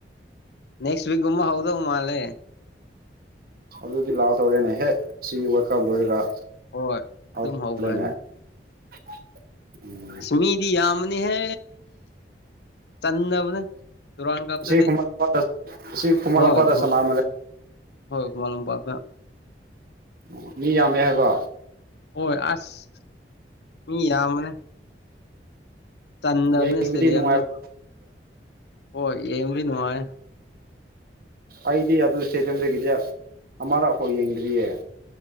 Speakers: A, on the left; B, on the right.
A: ꯅꯦꯛꯁ ꯋꯤꯛꯀꯨꯝꯕ ꯍꯧꯗꯧ ꯃꯥꯜꯂꯦ
B: ꯑꯗꯨꯗꯤ ꯂꯥꯛꯇꯧꯔꯦꯅꯦ ꯍꯦꯛ ꯁꯤ ꯋꯥꯀꯞ ꯂꯣꯏꯔꯒꯂꯦꯅꯦ
A: ꯍꯣꯏ ꯑꯗꯨꯝ ꯍꯧꯈ꯭ꯔꯅꯤ
B: <unintelligible>
A: ꯃꯤꯗꯤ ꯌꯥꯝꯕꯅꯤ ꯍꯦ ꯆꯟꯗꯕꯅꯦ ꯇꯨꯔꯥꯟ ꯀꯞꯇꯗꯤ
B: ꯁꯤ ꯈꯨꯃꯟ ꯂꯝꯄꯥꯛꯇ ꯁꯤ ꯈꯨꯃꯟ
A: ꯍꯣꯏ
B: ꯂꯝꯄꯥꯛꯇ ꯁꯥꯟꯅꯕꯅꯦ
A: ꯍꯣꯏ ꯃꯥꯝ ꯄꯥꯃꯦ
B: ꯎ ꯃꯤ ꯌꯥꯝꯃꯦ ꯍꯥꯏꯕꯣ
A: ꯍꯣꯏ ꯑꯁ ꯃꯤ ꯌꯥꯝꯕꯅꯦ ꯇꯟꯗꯔꯅꯦ
B: ꯌꯦꯡꯕꯗꯤ
A: ꯁꯤꯇꯦꯗꯤ ꯑꯦꯝꯗ
B: ꯅꯨꯡꯉꯥꯏꯕꯒꯦ
A: ꯍꯣꯏꯦꯝ ꯅꯅꯨꯡꯉ
B: ꯑꯩꯗꯤ ꯑꯗꯨ ꯏꯁꯇꯦꯗꯤꯌꯝꯗꯒꯤꯗꯤ ꯑꯃꯔꯛꯐꯥꯎ ꯌꯦꯡꯗ꯭ꯔꯤꯌꯦ